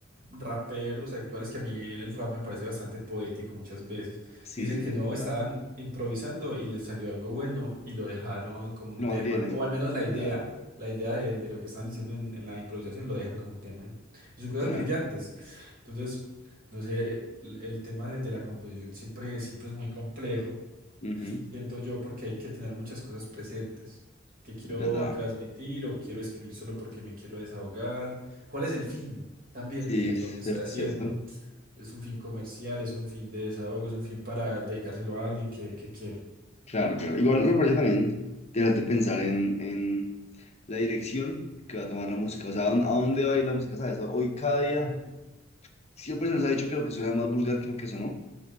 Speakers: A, on the right; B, on the left.
A: raperos actuales que a mí el rap me parece bastante poético muchas veces.
B: Sí,
A: Dicen
B: sí,
A: que no,
B: es ¿verdad?
A: estaban improvisando y les salió algo bueno y lo dejaron como un
B: Y lo
A: tema,
B: mantienen.
A: o al menos la idea,
B: Ya,
A: la idea de, de lo que estaban diciendo en, en la improvisación lo dejan como un tema ahí. Y son cosas
B: claro.
A: brillantes. Entonces, no sé, el, el tema de, de la composición siempre, siempre es muy complejo
B: Ujú,
A: siento yo, porque hay que tener muchas cosas presentes que quiero
B: es verdad.
A: transmitir o quiero escribir solo porque me quiero desahogar. ¿Cuál es el fin también
B: Sí,
A: de, de
B: sí, es
A: lo que estoy
B: cierto,
A: haciendo?
B: es cierto.
A: ¿Es un fin comercial? ¿Es un fin de desahogo? ¿Es un fin para dedicárselo a alguien que, que quiero?
B: Claro, claro. Igual me parece también interesante
A: Mm.
B: pensar en, en la dirección que va a tomar la música. O sea, ¿a dónde, a dónde va a ir la música? ¿Sabes? Hoy cada día
A: Ajá,
B: siempre se nos ha dicho que lo que suena es más vulgar que lo que sonó.